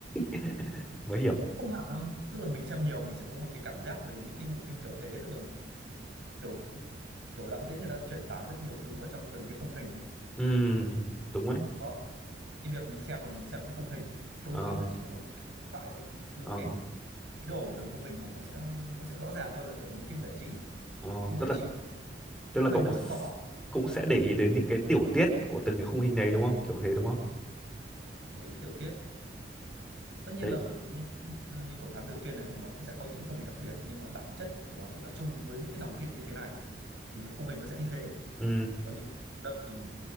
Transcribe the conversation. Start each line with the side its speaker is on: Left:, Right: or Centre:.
Centre: <laughs> mới hiểu
Right: Nó cũng không hẳn đâu tức là mình xem nhiều mình sẽ có một cái cảm giác về những cái bộ phim kiểu thế tức là kiểu kiểu đạo diễn người ta truyền tải rất nhiều thứ vào trong từng cái khung hình ấy
Centre: ừ đúng đấy
Right: đó cái việc mình xem là mình xem cái khung hình đôi
Centre: ờ
Right: khi nó chỉ là một hai câu thoại thôi nhưng
Centre: ờ
Right: mà cái ý đồ của từng khung hình một nó sẽ nó sẽ rõ ràng hơn là kiểu như phim giải trí
Centre: ờ
Right: phim giải
Centre: tức là
Right: trí thì
Centre: tức
Right: khung
Centre: là
Right: hình
Centre: cậu
Right: nó
Centre: cũng
Right: vẫn
Centre: s-
Right: có
Centre: cũng sẽ để ý đến những cái tiểu tiết của từng cái khung hình đấy đúng không kiểu thế đúng không
Right: Ừ, để ý tiểu tiết tất nhiên
Centre: thế
Right: là những phim như kiểu Thám Tử Kiên này nó cũng sẽ có những cái khung hình đặc biệt nhưng mà bản chất của nó sẽ là chung với những cái dòng phim như thế này thì những khung hình nó sẽ như thế
Centre: ừ
Right: còn những Lâm thì